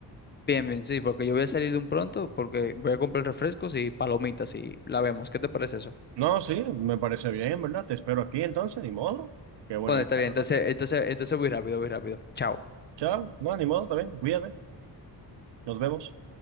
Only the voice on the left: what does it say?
bien, bien, sí, porque yo voy a salir de un pronto, porque voy a comprar refrescos y palomitas y la vemos. ¿Qué te parece eso?
Bueno,
está
bien, entonces, entonces, entonces voy rápido, voy rápido. Chao.